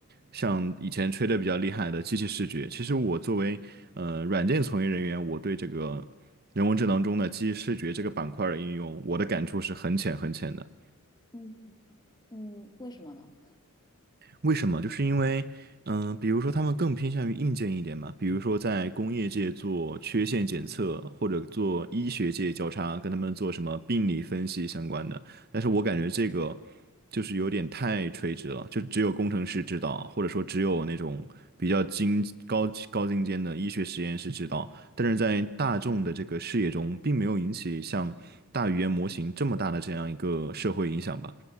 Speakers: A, on the right; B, on the left.
A: 像以前吹的比较厉害的机器视觉，其实我作为呃软件从业人员，我对这个。人工智能中的机器视觉这个板块的应用，我的感触是很浅很浅的。
B: 嗯嗯，为什么呢？
A: 为什么？就是因为，嗯、比如说他们更偏向于硬件一点嘛，比如说在工业界做缺陷检测，或者做医学界交叉，跟他们做什么病理分析相关的。但是我感觉这个就是有点太垂直了，就只有工程师知道，或者说只有那种比较精高高精尖的医学实验室知道。但是在大众的这个视野中，并没有引起像大语言模型这么大的这样一个社会影响吧？